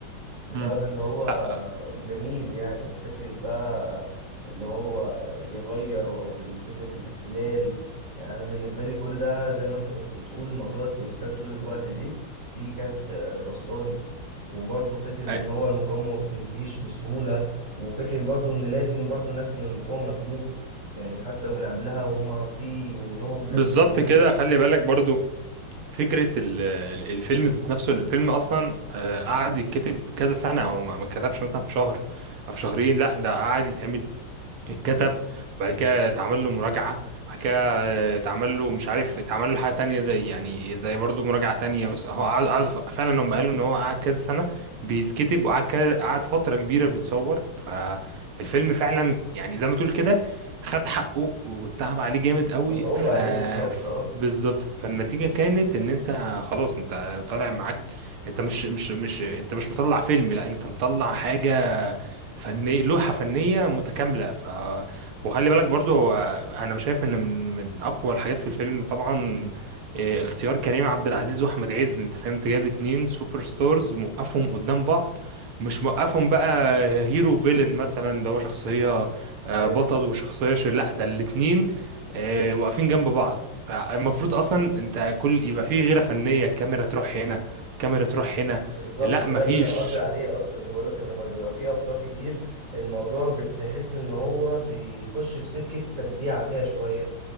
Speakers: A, on the right; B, on the right.
A: بسبب
B: مم.
A: ان هو
B: لا،
A: جميل يعني فكرة بقى ان هو يغير او فكرة الاحتلال يعني انا بالنسبة لي كل ده زي ما انت كنت بتقول موضوع التويستات طول الوقت دي دي كانت آه، بسطاني وبرضه فكرة
B: أي-
A: ان هو المقاومة ما بتنتهيش بسهولة وفكرة برضه ان لازم برضه ناس من المقاومة تموت يعني حتى من قبلها وهما في منهم كانوا
B: بالظبط
A: بيموتوا
B: كده خلي بالك برضو فكرة ال- ال- الفيلم ذات نفسه الفيلم أصلا آه، قعد يتكتب كذا سنة أو ما ما اتكتبش مثلا في شهر أو في شهرين لا ده قعد يتعمل اتكتب بعد كده اتعمل له مراجعة بعد كده اتعمل له مش عارف اتعمل له حاجة تانية زي يعني زي برضو مراجعة تانية بس هو قعد قعد ف- فعلا هم قالوا ان هو قعد كذا سنة بيتكتب وقعد كذا- قعد فترة كبيرة بيتصور فالفيلم فعلا يعني زي ما تقول كده خد حقه واتعب عليه جامد قوي
A: متعوب
B: ف
A: عليه بالظبط
B: ف-
A: اه
B: بالظبط فالنتيجة كانت ان انت خلاص انت طالع معاك انت مش مش مش انت مش مطلع فيلم لا انت مطلع حاجة فني لوحة فنية متكاملة ف وخلي بالك برضو آه، انا مش شايف ان من من اقوى الحاجات في الفيلم طبعا آه، اختيار كريم عبد العزيز واحمد عز انت فهمت جاب اتنين سوبر ستارز موقفهم قدام بعض مش موقفهم بقى هيرو فيلن مثلا اللي هو شخصية آه،
A: ايوه
B: بطل وشخصية شر لا ده الاتنين آه، واقفين جنب بعض فالمفروض اصلا انت كل يبقى فيه غيرة فنية كاميرا تروح هنا كاميرا تروح هنا
A: بالظبط
B: لا
A: ده
B: مفيش
A: اللي كان قصدي عليه اصلا اللي بقول لك ان لما بيبقى فيه ابطال كتير الموضوع بتحس ان هو بيخش في سكه تجزيعه كده شويه